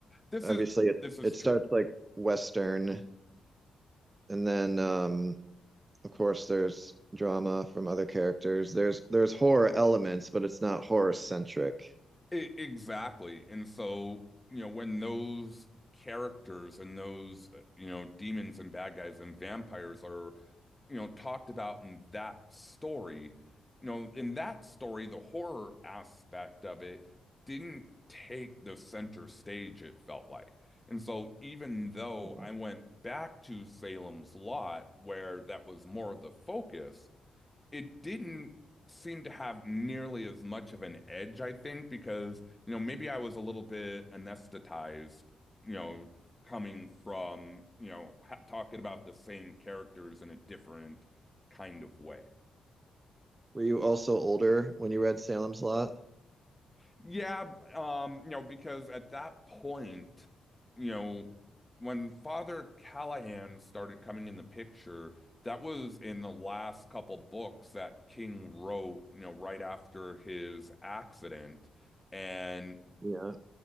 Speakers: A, on the left (about 15°); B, on the right (about 30°).
A: this
B: Obviously
A: is
B: it
A: this is
B: it
A: true.
B: starts like Western and then um of course there's drama from other characters. There's there's horror elements, but it's not horror centric.
A: E- exactly. And so, you know, when those characters and those, uh, you know, demons and bad guys and vampires are, you know, talked about in that story, you know, in that story, the horror aspect of it didn't take the center stage, it felt like. And so, even though
B: Yeah.
A: I went back to Salem's Lot, where that was more of the focus, it didn't seem to have nearly as much of an edge, I think, because, you know, maybe I was a little bit anesthetized, you know, coming from, you know, ha talking about the same characters in a different kind of way.
B: Were you also older when you read Salem's Lot?
A: Yeah, um, you know, because at that point, you know, when Father Callahan started coming in the picture, that was in the last couple books that King wrote, you know, right after his accident. And
B: Yeah.